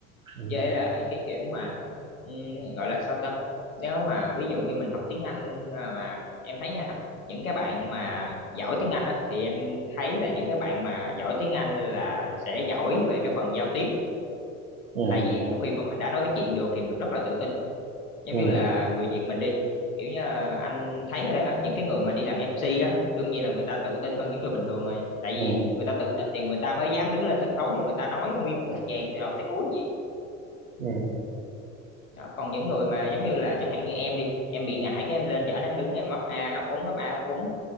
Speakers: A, on the right; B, on the left.
A: ừ
B: với lại cái kiểu mà ừm, gọi là sao ta nếu mà ví dụ như mình học tiếng Anh à, mà em thấy nha những cái bạn mà giỏi tiếng Anh á thì em thấy là những cái bạn mà giỏi tiếng Anh là sẽ giỏi về cái phần giao tiếp
A: ừ
B: tại vì một khi mà mình đã nói chuyện được thì mình rất là tự tin giống
A: ừ
B: như là người Việt mình đi kiểu như là anh thấy rồi đó những cái người mà đi làm MC đó đương nhiên là người ta tự tin hơn những người bình thường rồi tại vì
A: ừ
B: người ta tự tin thì người ta mới dám đứng lên sân khấu thì người ta nói nguyên một tràng từ đầu tới cuối vậy
A: ừ
B: đó. còn những người mà giống như là chẳng hạn như em đi em bị ngại cái em lên chở em đứng em ấp a ấp úng ấp a ấp úng